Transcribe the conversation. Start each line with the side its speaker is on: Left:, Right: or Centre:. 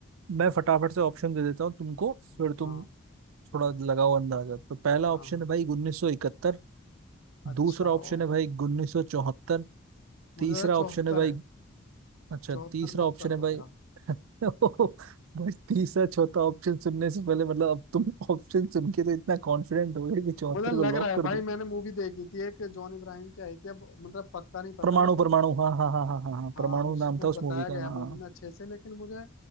Right: मैं फटाफट से ऑप्शन दे देता हूँ तुमको
Left: हाँ
Right: फिर तुम थोड़ा लगाओ अंदाजा तो पहला
Left: हाँ
Right: ऑप्शन
Left: हाँ।
Right: है भाई 1971
Left: अच्छा
Right: दूसरा ऑप्शन
Left: ओ
Right: है भाई 1974
Left: मुझे
Right: तीसरा
Left: लगा चौहत्तर
Right: ऑप्शन है भाई
Left: है
Right: अच्छा
Left: चौहत्तर
Right: तीसरा
Left: लॉक
Right: ऑप्शन
Left: कर
Right: है
Left: दो
Right: भाई
Left: मेरा
Right: <laughs> भाई तीसरा चौथा ऑप्शन सुनने से पहले मतलब अब तुम ऑप्शन सुन के तो इतना कॉन्फिडेंट हो गए कि चौहत्तर
Left: मुझे लग
Right: को लॉक
Left: रहा है
Right: कर
Left: भाई
Right: दो
Left: मैंने मूवी देखी थी एक जॉन इब्राहिम की आई थी अब मतलब पक्का नहीं
Right: परमाणु
Left: पता लेकिन
Right: परमाणु हाँ हाँ हाँ हाँ हाँ हाँ,
Left: हाँ
Right: परमाणु
Left: उसको
Right: नाम था उस
Left: बताया
Right: मूवी का
Left: गया है
Right: हाँ
Left: मूवी
Right: हाँ।
Left: में अच्छे से लेकिन मुझे